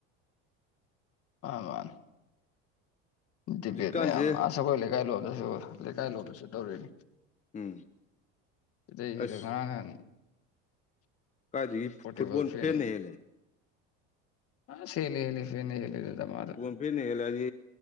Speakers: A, on the left (about 50°); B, on the left (about 25°).
A: ꯃꯥꯃꯥꯥꯟ ꯗꯤꯕꯦꯠ
B: ꯍꯧꯖꯤꯛꯀꯥꯟꯁꯦ
A: ꯃꯌꯥꯝ ꯑꯁ ꯑꯩꯈꯣꯏ ꯂꯩꯀꯥꯏ ꯂꯣꯝꯗꯁꯨ ꯂꯩꯀꯥꯏ ꯂꯣꯝꯗꯁꯨ ꯇꯧꯔꯤꯅꯤ
B: ꯎꯝ
A: ꯑꯗꯨꯏꯅꯤꯗ
B: ꯑꯁ
A: ꯉꯥꯔꯥꯡ ꯉꯍꯥꯟ
B: ꯀꯥꯏꯗꯒꯤ ꯐꯨ
A: ꯄꯣꯔꯇꯦꯕꯜ
B: ꯐꯨꯠꯕꯣꯜ
A: ꯐꯦꯟ
B: ꯐꯦꯟꯅ ꯍꯦꯜꯂꯦ
A: ꯑꯁ ꯍꯦꯜꯂꯦ ꯍꯦꯜꯂꯦ ꯐꯦꯟꯅ ꯍꯦꯜꯂꯦꯗ ꯗꯃꯥꯗ
B: ꯐꯨꯠꯕꯣꯜ ꯐꯦꯟꯅ ꯍꯦꯂꯛꯑꯗꯤ